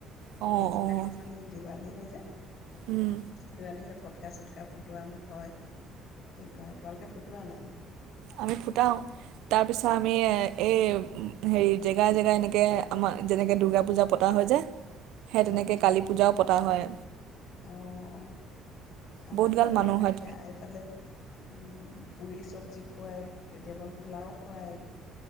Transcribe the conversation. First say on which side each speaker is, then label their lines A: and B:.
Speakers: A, on the right (about 80°); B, on the left (about 45°).
A: অ',
B: পিছদিনাখন
A: অ'।
B: মানে দিৱালী হৈ যায়
A: উম,
B: দেৱালি সে ফটকা চটকা ফুটোৱা হয় হে কৰা তোমালোকে ফুটোৱা নাই
A: আমি ফুটাও তাৰপিছত আমি এই হেৰি জেগাই জেগাই এনেকে আমাৰ যেনেকে দুূৰ্গা পূজা পতা হয় যে সেই
B: অঁ
A: তেনেকে
B: অঁ
A: কালী পূজাও পতা হয়
B: অঁ অঁ আমাৰ
A: বহুতগাল
B: ফালেও
A: মানুহ
B: পাতে
A: হয়
B: দিয়া এইফালে উম পুৰি চবজি খুৱাই কেতিয়াবা পোলাও খুৱাই